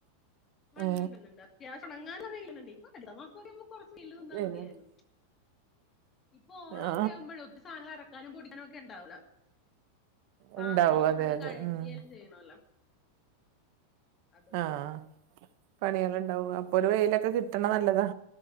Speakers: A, on the left (about 20°); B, on the right (about 50°).
A: ആ
B: ഏ
A: ഉണ്ട് ഉണ്ട് ഉണ്ട്, അത്യാവശ്യംണങ്ങാനെ വെ യിലുണ്ട് <unintelligible>
B: വരുന്നുണ്ട്
A: മതിയായിരുന്നു ഇപ്പൊ ഓണമൊക്കെ
B: ആ
A: ആവുമ്പോഴ ഒത്തിരി സാധനം ഇറക്കാനും പൊടിക്കാനും ഒക്കെ ഉണ്ടാവൂല പാത്രമൊക്കെ
B: ഉണ്ടാവും അതെ
A: ഫുള്ള് ള്ള്
B: അതെ
A: കഴുക
B: ഉം
A: <unintelligible> ചെയ്യണല്ലോ? അതുകൊണ്ട്
B: ആഹ്, പണികളുണ്ടാവും അപ്പൊ ഒരു വെയിലൊക്കെ കിട്ടണത് നല്ലതാ